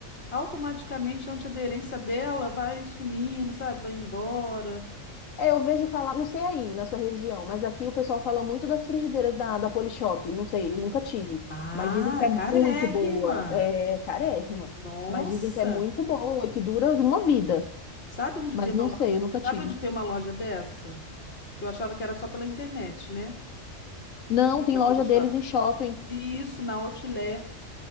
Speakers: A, on the left (about 50°); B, on the left (about 80°).
A: automaticamente a antiaderência dela vai sumindo, sabe? Vai indo embora.
B: É, eu vejo falar, não sei aí na sua região, mas aqui o pessoal fala muito das frigideiras da, da Polishop. Não sei, eu nunca tive.
A: Ah,
B: Mas dizem que
A: é
B: é
A: carérrima.
B: muito boa. É carérrima.
A: Nossa.
B: Mas dizem que é muito boa e que dura de uma vida.
A: Sabe onde
B: Mas
A: tem uma,
B: não
A: lo-
B: sei, eu nunca
A: sabe
B: tive.
A: onde tem uma loja dessa? Que eu achava que era só pela internet, né?
B: Não, tem
A: Da
B: loja
A: Polishop.
B: deles em shopping.
A: E isso na Outlet.